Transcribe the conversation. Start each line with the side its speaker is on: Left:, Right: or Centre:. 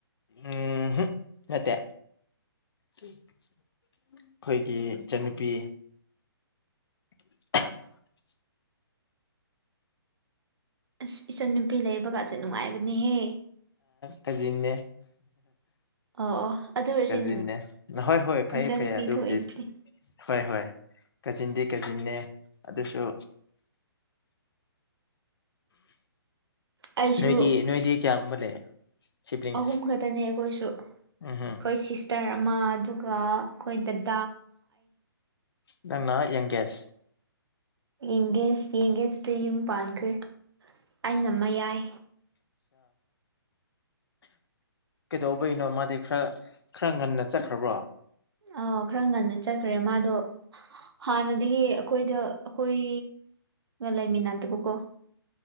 Left: ꯎꯝ ꯅꯠꯇ ꯑꯩꯈꯣꯏꯒꯤ ꯏꯆꯟꯅꯨꯄꯤ <inaudible>
Right: ꯑꯁ ꯏꯆꯟ ꯅꯨꯄꯤ ꯂꯩꯕꯒꯁꯦ ꯅꯨꯡꯉꯥꯏꯕꯅꯦꯍꯦ
Left: ꯀꯖꯤꯅꯦ
Right: ꯑꯣ ꯑꯣ ꯑꯗꯨ ꯑꯣꯏꯔꯁꯨ
Left: ꯀꯖꯤꯅꯦ ꯍꯣꯏ ꯍꯣꯏ ꯐꯩ
Right: ꯏꯆꯟꯅꯨꯄꯤ
Left: ꯐꯩ ꯑꯗꯨꯕꯨꯗꯤ
Right: ꯊꯣꯛꯏꯁꯤꯗꯤ
Left: ꯍꯣꯏ ꯍꯣꯏ ꯀꯥꯖꯤꯟꯗꯤ ꯀꯥꯖꯤꯟꯅꯦ ꯑꯗꯨꯁꯨ
Right: ꯑꯩꯁꯨ
Left: ꯅꯣꯏꯗꯤ ꯅꯣꯏꯗꯤ ꯀꯌꯥꯒꯨꯝꯕ ꯂꯩ ꯁꯤꯕ꯭ꯂꯤꯡꯁ
Right: ꯑꯍꯨꯝ ꯈꯛꯇꯅꯦ ꯑꯩꯈꯣꯏꯁꯨ ꯑꯩꯈꯣꯏ
Left: ꯎꯝꯝ
Right: ꯁꯤꯁꯇꯔ ꯑꯃ ꯑꯗꯨꯒ ꯑꯩꯈꯣꯏꯗ
Left: ꯉꯅꯥ ꯌꯦꯡ ꯀꯦꯁ
Right: ꯌꯦꯡꯒꯦ ꯌꯦꯡꯒꯦ ꯁꯤꯇꯝ ꯄꯥꯟꯈ꯭ꯔꯦ ꯑꯩꯅ ꯑꯃ ꯌꯥꯏ
Left: ꯀꯩꯗꯧꯕꯒꯤꯅꯣ ꯃꯥꯗꯤ ꯈꯔ ꯈꯔ ꯉꯟꯅ ꯆꯠꯈ꯭ꯔꯕ꯭ꯔꯣ
Right: ꯑ ꯈꯔ ꯉꯟꯅ ꯆꯠꯈ꯭ꯔꯦ ꯃꯥꯗꯣ ꯍꯥꯟꯅꯗꯒꯤ ꯑꯩꯈꯣꯏꯗ ꯑꯩꯈꯣꯏ ꯂꯩꯃꯤꯟꯅꯗꯕꯀꯣ